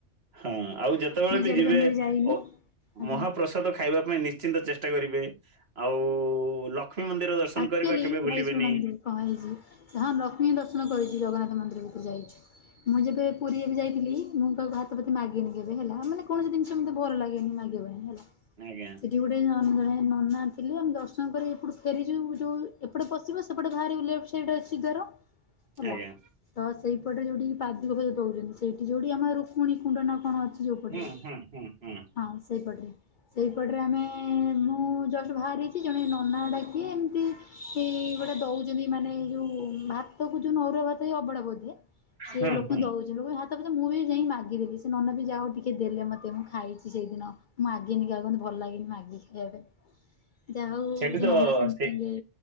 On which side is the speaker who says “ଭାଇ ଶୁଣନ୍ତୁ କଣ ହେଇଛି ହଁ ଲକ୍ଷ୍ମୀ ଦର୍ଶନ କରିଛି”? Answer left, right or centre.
Left